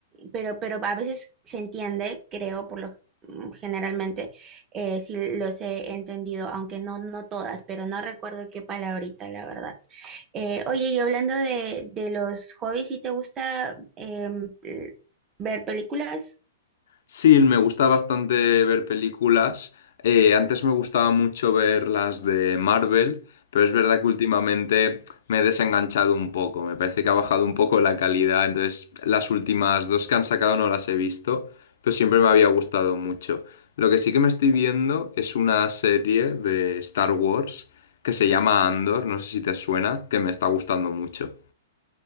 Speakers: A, on the right; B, on the left.
A: pero, pero a veces se entiende, creo, por lo mm, generalmente, eh, sí los he entendido, aunque no, no todas, pero no recuerdo qué palabrita, la verdad. Eh, oye, y hablando de, de los hobbies, ¿sí te gusta em, ver películas?
B: Sí, me gusta bastante ver películas. Eh, antes me gustaba mucho ver las de Marvel, pero es verdad que últimamente me he desenganchado un poco. Me parece que ha bajado un poco la calidad, entonces las últimas dos que han sacado no las he visto, pero siempre me había gustado mucho. Lo que sí que me estoy viendo es una serie de Star Wars que se llama Andor, no sé si te suena, que me está gustando mucho.